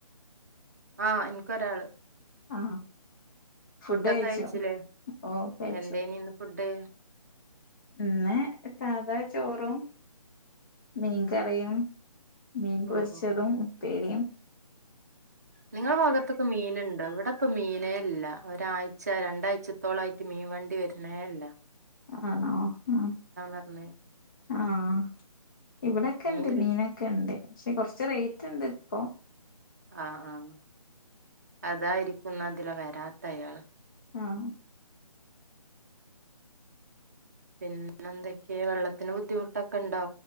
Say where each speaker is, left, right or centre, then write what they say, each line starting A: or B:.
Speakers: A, on the right; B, on the left.
A: ആ ഇൻക്കൊരാള്
B: ആ ഫുഡ്
A: ഫുഡൊക്കെ
B: കഴിച്ചോ
A: കഴിച്ചിലെ
B: ഓ കഴിച്ചു
A: എന്തേനി ഇന്ന് ഫുഡ്
B: ഇന്ന് സാധാ ചോറും മീൻകറിയും മീൻ പൊരിച്ചതും
A: ഓ ഓ
B: ഉപ്പേരിം
A: നിങ്ങളെ ഭാഗത്ത്ക്ക് മീന്ണ്ടോ ഇവടെ ഇപ്പൊ മീനേല്ല ഒരാഴ്ച രണ്ടാഴ്ചത്തോളായിട്ട് മീൻ വണ്ടി വെര്ണേല്ല
B: ആണോ ആഹ്
A: പറഞ്ഞ്
B: ആഹ് ഇവിടെക്കെണ്ട്
A: മീനില്ല
B: മീനൊക്കെണ്ട് പക്ഷെ കൊർച്ച് റെയ്റ്റ്ണ്ട് പ്പോ
A: ആ ആ അതായിരിക്കും ന്ന ഇതിലെ വെരാത്തയാള്
B: ആഹ്
A: പിന്നെന്തൊക്കെ വെള്ളത്തിന് ബുദ്ധിമുട്ടൊക്കെണ്ടോ